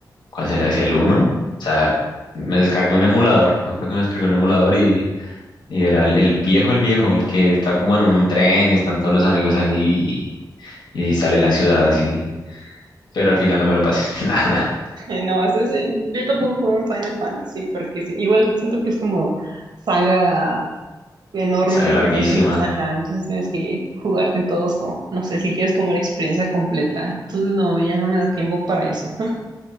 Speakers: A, on the left (about 85°); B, on the right (about 70°).
A: ¿Cuál será ese? El uno O sea, me descargué un emulador. Me acuerdo que me descargué un emulador y Y era el, el viejo, el viejo, el que está como en un, un tren y están todos los amigos ahí y sale la ciudad así. Pero al final no me lo pasé, <laughs> la verdad.
B: Eh, No, eso es- yo tampoco juego un Final Fantasy porque sí, igual siento que es como saga enorme,
A: Saga larguísima.
B: entonces, ajá, entonces tienes que jugarte todos como, no sé, si quieres como una experiencia completa. Entonces, no, ya no me da tiempo para eso.